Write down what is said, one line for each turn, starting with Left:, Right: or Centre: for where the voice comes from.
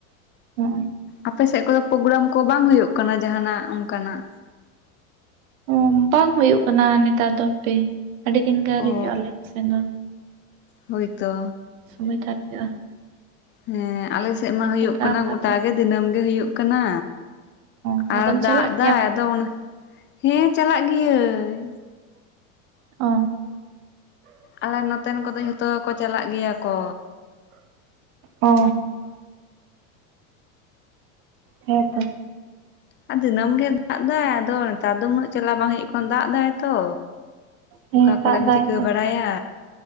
Right: <unintelligible>
Left: ᱟᱯᱮ ᱥᱮᱜ ᱠᱚᱫᱚ ᱯᱨᱳᱜᱨᱟᱢ ᱠᱚ ᱵᱟᱝ ᱦᱚᱭᱚᱜ ᱠᱟᱱᱟ ᱡᱟᱦᱟᱸ ᱱᱟᱜ ᱚᱱᱠᱟ ᱱᱟᱜ?
Right: ᱚᱻ ᱵᱟᱝ ᱦᱩᱭᱩᱜ ᱠᱟᱱᱟ ᱱᱮᱛᱟᱨ ᱫᱚ ᱦᱟᱯᱮ ᱟᱹᱰᱤ ᱫᱤᱱ ᱜᱮ ᱟᱣᱨᱤ
Left: ᱚ
Right: ᱦᱩᱭᱩᱜ-ᱟ ᱟᱞᱮ ᱥᱮᱱ ᱫᱚ᱾
Left: ᱦᱳᱭᱛᱚ᱾
Right: ᱥᱚᱢᱚᱭ ᱛᱚ ᱟᱣᱨᱤ ᱦᱩᱭᱩᱜ-ᱟ᱾
Left: ᱦᱮᱸ ᱟᱞᱮ ᱥᱮᱜ ᱢᱟ ᱦᱩᱭᱩᱜ
Right: ᱥᱟᱯᱲᱟᱣ
Left: ᱠᱟᱱᱟ
Right: ᱠᱟᱜᱼᱟ
Left: ᱜᱚᱴᱟ
Right: ᱛᱚ
Left: ᱜᱮ ᱫᱤᱱᱟᱹᱢ ᱜᱮ ᱦᱩᱭᱩᱜ ᱠᱟᱱᱟ᱾
Right: ᱚ
Left: ᱟᱨ
Right: ᱟᱫᱚᱢ
Left: ᱫᱟᱜ
Right: ᱪᱟᱞᱟᱜ
Left: ᱫᱟᱭ
Right: ᱜᱮᱭᱟ
Left: ᱟᱫᱚ ᱚᱱᱟ ᱦᱮᱸ ᱪᱟᱞᱟᱜ ᱜᱤᱭᱟᱹᱧ᱾
Right: ᱚ᱾
Left: ᱟᱞᱮ ᱱᱚᱛᱮᱱ ᱠᱚᱫᱚ ᱡᱷᱚᱛᱚ ᱠᱚ ᱪᱟᱞᱟᱜ ᱜᱤᱭᱟ ᱠᱚ᱾
Right: ᱚ ᱦᱮᱸᱛᱚ᱾
Left: ᱟᱨ ᱫᱤᱱᱟᱹᱢ ᱜᱮ ᱫᱟᱜ ᱫᱟᱭ ᱟᱫᱚ ᱱᱮᱛᱟᱨ ᱫᱚ ᱩᱱᱟᱹᱜ ᱪᱟᱞᱟᱜ ᱵᱟᱝ ᱦᱩᱭᱩᱜ ᱠᱟᱱᱟ ᱫᱟᱜ ᱫᱟᱭ ᱛᱚ᱾
Right: ᱦᱮᱸ
Left: ᱚᱠᱟ
Right: ᱫᱟᱜ
Left: ᱠᱚᱨᱮᱢ
Right: ᱫᱟᱭ
Left: ᱪᱤᱠᱟᱹ
Right: ᱛᱚ
Left: ᱵᱟᱲᱟᱭᱟ᱾